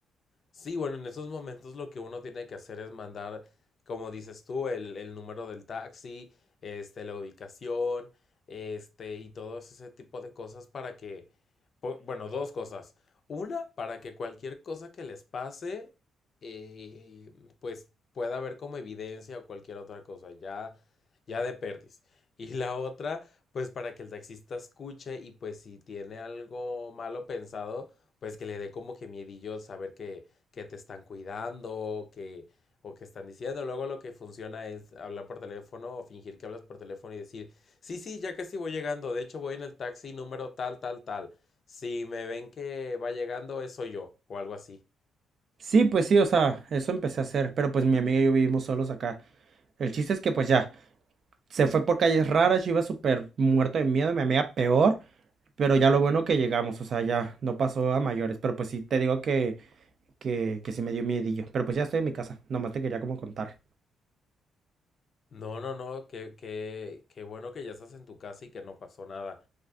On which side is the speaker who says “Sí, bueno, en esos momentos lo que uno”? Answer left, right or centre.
Left